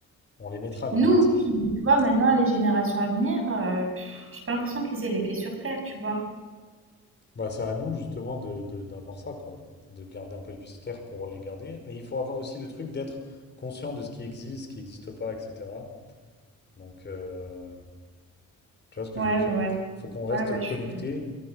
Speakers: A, on the left; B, on the right.
A: On les mettra à la
B: Nous,
A: limite. C'est
B: oui,
A: juste...
B: mais tu vois maintenant les générations à venir, heu, j'ai pas l'impression qu'ils aient les pieds sur terre, tu vois?
A: bah, c'est à nous justement de, de- d'avoir ça, quoi. De garder un peu les pieds sur terre pour les garder. Mais il faut avoir aussi le truc d'être conscient de ce qui existe, ce qui n'existe pas, etc. Donc, euh, tu vois ce que
B: Ouais,
A: je veux dire?
B: ouais, ouais.
A: Il faut qu'on reste
B: Ouais, ouais, je
A: connecté
B: suis